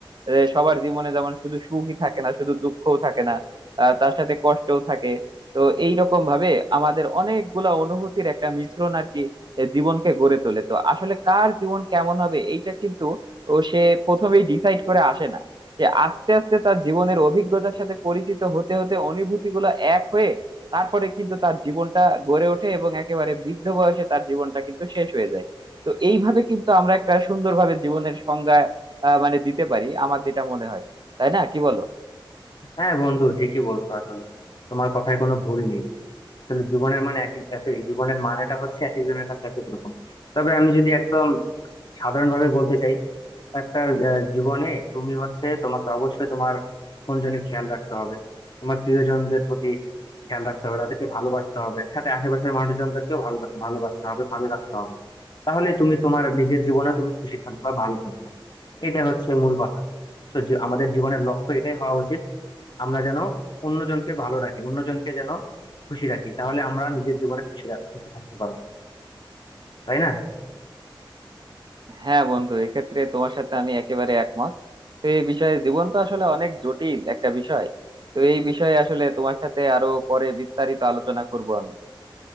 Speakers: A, on the right (about 55°); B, on the left (about 55°).
A: আহ, সবার জীবনে যেমন শুধু সুখই থাকে না শুধু দুঃখও থাকে না আহ, তার সাথে কষ্টও থাকে তো এইরকম ভাবে আমাদের অনেকগুলা অনুভূতির একটা মিশ্রণ আর কি এ, জীবনকে গড়ে তোলে তো আসলে কার জীবন কেমন হবে এইটা কিন্তু ও সে প্রথমেই ডিসাইড করে আসে না সে আস্তে আস্তে তার জীবনের অভিজ্ঞতার সাথে পরিচিত হতে হতে অনুভূতি গুলো এক হয়ে তারপরে কিন্তু তার জীবনটা গড়ে ওঠে এবং একেবারে বৃদ্ধ বয়সে তার জীবনটা কিন্তু শেষ হয়ে যায় তো এইভাবে কিন্তু আমরা একটা সুন্দরভাবে জীবনের সংজ্ঞা আহ, মানে দিতে পারি আমার যেটা মনে হয় তাই না কি বলো
B: হ্যাঁ বন্ধু ঠিকই বলছো আসলে তোমার কথায় কোনো ভুল নেই আসলে জীবনের মানে এক এক জীবনের মানেটা হচ্ছে এক একজনের কাছে এক এক রকম তবে আমি যদি একদম সাধারণভাবে বলতে চাই একটা আহ, জীবনে তুমি হচ্ছে তোমাকে অবশ্যই তোমার জনের খেয়াল রাখতে হবে তোমার প্রিয়জনদের প্রতি খেয়াল রাখতে হবে তাদেরকে ভালোবাসতে হবে সাথে আশেপাশের মানুষজনদেরকেও ভালো রাখ- ভালোবাসতে হবে ভালো রাখতে হবে তাহলে তুমি তোমার নিজের জীবনে তুমি খুশি থাকবা ভালো থাকবা এটা হচ্ছে মূল কথা তো যে আমাদের জীবনের লক্ষ্য এটাই হওয়া উচিত আমরা যেন অন্যজনকে ভালো রাখি অন্যজনকে যেন খুশি রাখি তাহলে আমরা নিজের জীবনে খুশি রাখ- খুশি থাকতে পারবো তাই না
A: হ্যাঁ বন্ধু এক্ষেত্রে তোমার সাথে আমি একেবারে একমত তো এই বিষয়ে জীবন তো আসলে অনেক জটিল একটা বিষয় তো এই বিষয়ে আসলে তোমার সাথে আরো পরে বিস্তারিত আলোচনা করব আমি